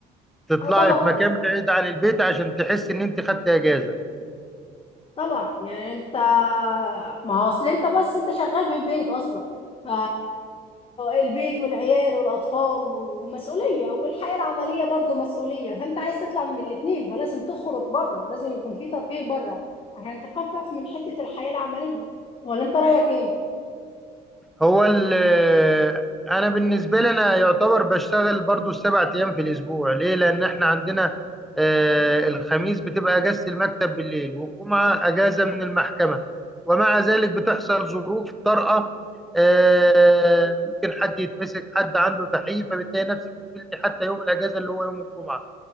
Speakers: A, in the centre; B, on the left.
A: تطلعي
B: اه طبعا
A: في مكان بعيد عن البيت عشان تحس ان انت خدت اجازه
B: طبعا يعني انت ما هو اصل انت بس انت شغال في البيت اصلا ف البيت والعيال والاطفال ومسؤوليه والحياه العمليه برضو مسؤوليه فانت عايز تطلع من الاتنين فلازم تخرج بره لازم يكون في ترفيه بره عشان تخفف من حته الحياه العمليه ولا انت رايك ايه
A: هو ال- آه، انا بالنسبه لي انا يعتبر بشتغل برضو السبع ايام في الاسبوع ليه لان احنا عندنا آه، الخميس بتبقى اجازه المكتب بالليل والجمعه اجازه من المحكمه ومع ذلك بتحصل ظروف طارئه آه، ممكن حد يتمسك حد عنده تحييف فبتلاقي نفسك نزلت حتى يوم الاجازه اللي هو يوم الجمعه